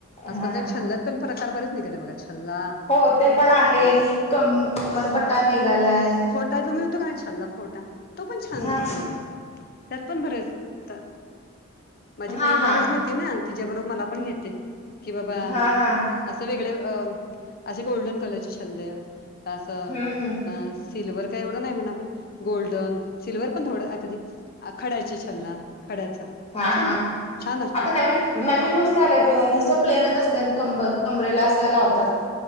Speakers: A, on the left; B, on the left.
A: आजकाल
B: हा
A: ते छल्लत पण फरकार बरेच निघाले बघा छल्ला.
B: हो ते पण आहे
A: हम्म
B: क कम्मरपट्टा मेघालयन.
A: ा जो मिळ होतो का नाही छल्ला खोटा तो पण छान
B: हा
A: नसतो बघा. त्यात पण बरेच आता माझी बहीण
B: हा हा
A: बरेच घे ना. तिच्याबरोबर मला पण घेते की बाबा.
B: हा हा
A: असं वेगळे अ असे गोल्डन कलरचे छल्ले असं.
B: हम्म हम्म
A: सिल्ववरर काय एवढं नाही म्हणा आपण गोल्डन सिल्वर पण थोडं अगदी खडयची. हल्ला खड्याचा
B: हा
A: छान
B: हा
A: लागतो छान असतो.
B: आता नवीन नवीन नुसतं आलंय बघा नुसतं प्लेनच असते कंब कमबरेला असं लावतात.